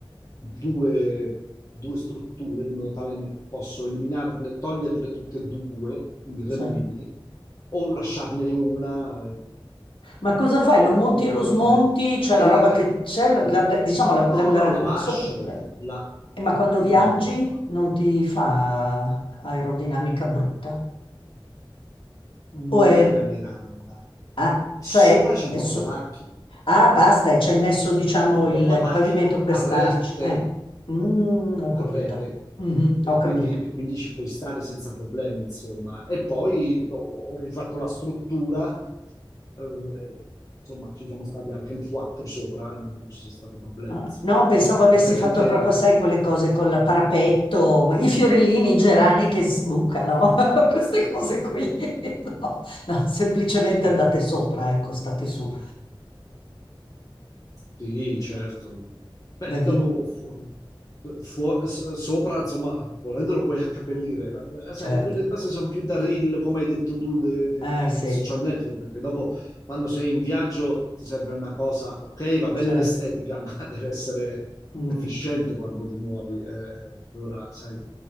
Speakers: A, on the left; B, on the left.
A: due, due strutture di modo tale ne posso eliminarle, toglierle tutte e due, quindi removibili,
B: sì.
A: o lasciarne una eh,
B: Ma cosa fai? Lo monti
A: o
B: e
A: entrambe.
B: lo smonti? Cioè la
A: E la,
B: roba
A: ve-
B: che c'è, lo- la- la- diciamo, la-
A: No,
B: la- la-
A: no, la
B: la-
A: lascio.
B: sopra- la-
A: La...
B: Eh, ma quando viaggi
A: No, no, no, no.
B: non ti fa aerodinamica brutta?
A: Non
B: O è...
A: è una veranda.
B: ah,
A: Sopra
B: cioè,
A: c'è un
B: è
A: portapacchi.
B: so- ah, basta, e ci hai messo, diciamo,
A: Un
B: il,
A: portapacchi
B: il pavimento
A: co-
B: per starci.
A: a rete.
B: Eh, Mm, ho
A: A
B: capito.
A: rete.
B: Mhm,
A: E
B: ho
A: quindi,
B: capito.
A: e quindi ci puoi stare senza problemi, insomma. E poi ho, ho rifatto la struttura. eh, e, insomma, ci siamo stati anche in quattro sopra e non ci sono stati problemi,
B: Ah,
A: insomma.
B: No, pensavo avessi
A: Anche perché...
B: fatto proprio, sai, quelle cose con il parapetto, ma i fiorellini, i gerani che sbucano, <laughs> queste cose qui. <laughs> No, no, semplicemente
A: <laughs>
B: andate sopra, ecco, state su.
A: Sì, certo. Beh,
B: Beh,
A: dopo
B: vi-
A: fu- fu- s- sopra, insomma, volendolo puoi accabellire. Eh, Sai,
B: certo.
A: quelle cose sono più da reel, come hai detto tu, de- de-
B: Eh
A: de-
B: sì,
A: da social network, perché dopo, quando sei in viaggio, ti serve una cosa, ok, va bene
B: certo.
A: l'estetica, <laughs> ma deve essere
B: Mm.
A: efficiente quando ti muovi. Eh, allora, sai,